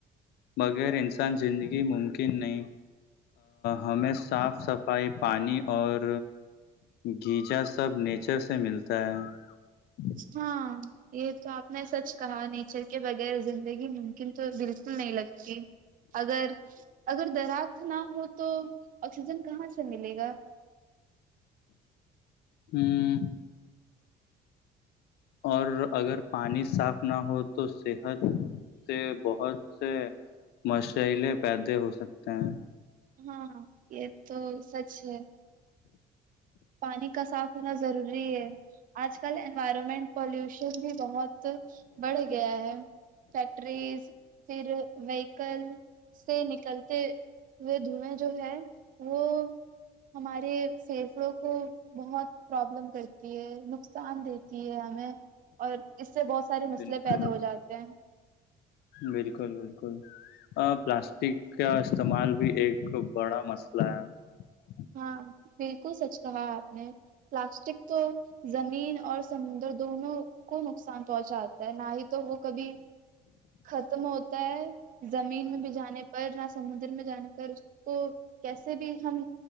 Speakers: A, on the left; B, on the right.
A: بغیر انسان زندگی ممکن نہیں ہمیں صاف صفائی پانی اور گیجا سب نیچر سے ملتا ہے
B: ہاں یہ تو آپ نے سچ کہا نیچر کے بغیر زندگی ممکن تو بالکل نہیں لگتی اگر اگر درخت نہ ہو تو آکسیجن کہاں سے ملے گا
A: ہوں اور اگر پانی صاف نہ ہو تو صحت سے بہت سے مشئلے پیدے ہو سکتے ہیں
B: ہاں ہاں یہ تو سچ ہے پانی کا صاف ہونا ضروری ہے آج کل انوائرمنٹ پالوشن بھی بہت بڑھ گیا ہے فیکٹریز پھر وہیکل سے نکل وہ دھوئیں جو ہے وہ ہمارے پیفڑوں کو بہت پرابلم کرتی ہے نقصان دیتی ہے ہمیں اور اس اس سے بہت سارے مسئلے
A: بالکل
B: پیدا ہو جاتے ہیں
A: بالکل بالکل آ پان <unintelligible> پلاسٹک کا استعمال بھی ایک بڑا مسئلہ ہے
B: ہاں بالکل سچ کہا ہے آپ نے پلاسٹک تو زمین اور سمندر دونوں کو نقصان پہنچاتا ہے نہ ہی تو وہ کبھی ختم ہوتا ہے زمین میں بھی جانے پر نہ سمندر میں جانے پر اس کو کیسے بھی ہم